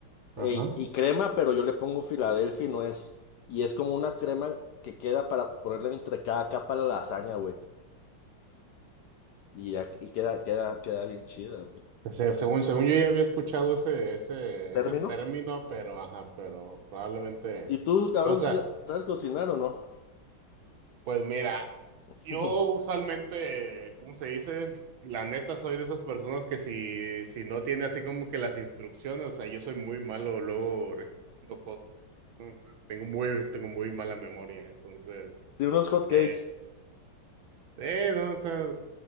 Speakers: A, on the right; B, on the left.
A: Ajá.
B: e- y crema, pero yo le pongo Filadelfia y no es. Y es como una crema que queda para ponerle entre cada capa a la lasaña, güey. Y, ya- y queda, queda, queda bien chida, güey.
A: O sea, según, según yo ya había escuchado ese, ese,
B: ¿Termino?
A: ese término, pero ajá, pero probablemente.
B: ¿Y tú, cabrón,
A: O sea,
B: sí sabes cocinar o no?
A: pues mira,
B: <laughs>
A: yo usualmente, ¿cómo se dice? La neta soy de esas personas que si, si no tiene así como que las instrucciones, o sea, yo soy muy malo, luego recuerdo cosas, ¿no? Tengo muy, tengo muy mala memoria, entonces.
B: De unos hot cakes.
A: Eh, eh, no, o sea,